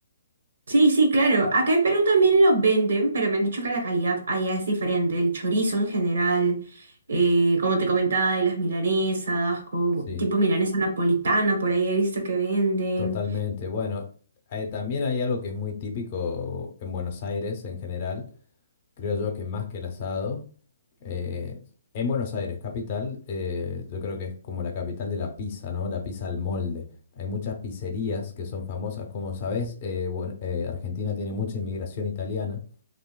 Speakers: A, on the right; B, on the left.
A: Sí, sí, claro. Acá en Perú también lo venden, pero me han dicho que la calidad allá es diferente. El chorizo en general, eh, como te comentaba, de las milanesas, con,
B: Sí,
A: tipo milanesa napolitana, por ahí he visto que venden.
B: totalmente. Bueno, eh, también hay algo que es muy típico en Buenos Aires en general, creo yo que más que el asado, Eh, en Buenos Aires, capital, eh, yo creo que es como la capital de la pizza, ¿no? La pizza al molde. Hay muchas pizzerías que son famosas. Como sabés, eh, buen- eh, Argentina tiene mucha inmigración italiana.